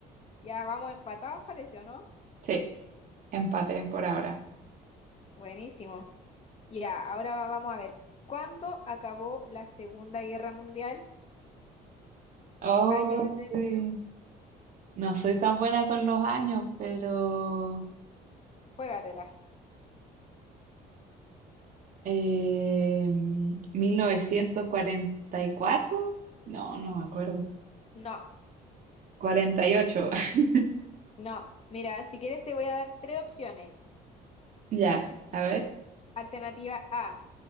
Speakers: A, on the left; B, on the right.
A: Ya vamos empatados, parece, ¿o no?
B: Sí, empate por ahora.
A: Buenísimo. Ya, ahora vamos a ver. ¿Cuándo acabó la Segunda Guerra Mundial?
B: Oh.
A: ¿Año de término?
B: sí. No soy tan buena con los años, pero
A: Juégatela.
B: eh, 1944 no, no me acuerdo.
A: No,
B: cuarenta y ocho <laughs>
A: no. Mira, si quieres te voy a dar tres opciones.
B: ya, a ver.
A: Alternativa A,